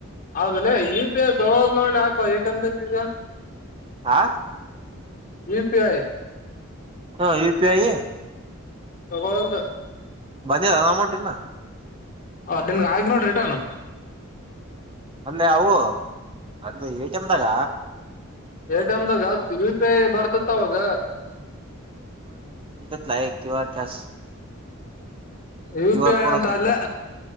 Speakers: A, on the left (about 40°); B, on the right (about 25°).
A: ಆದೇಲೆ ಯು ಪಿ ಐ ತಗೋಲ್ ನೋಡ್ಲಿ ಯಾಕ ಎ ಟಿ ಮ್ ದಾಗ್ ಈಗ.
B: ಹಾ.
A: U P I.
B: ಹಾ ಯು ಪಿ ಐ.
A: ತಗೋವಲ್ದು.
B: ಬದಿಲ ಅಮೌಂಟ್ ಇನ್ನ.
A: ಅದ್ ನಿನ್ಗ ಹಾಕಿನೀ ನೋಡ್ ರಿಟನ್.
B: ಅಲ್ಲೇ ಅವು ಅದು ಎ ಟಿ ಮ್ ದಾಗ.
A: ಎ ಟಿ ಮ್ ದಾಗ ಯು ಪಿ ಐ ಬರ್ತತ್ತ ಅವಾಗ.
B: Pay QR cash.
A: U
B: Q
A: P
B: R
A: I
B: code
A: ಅಂತ
B: ಅಂತಿತ್ತು
A: ಅಲ್ಲೇ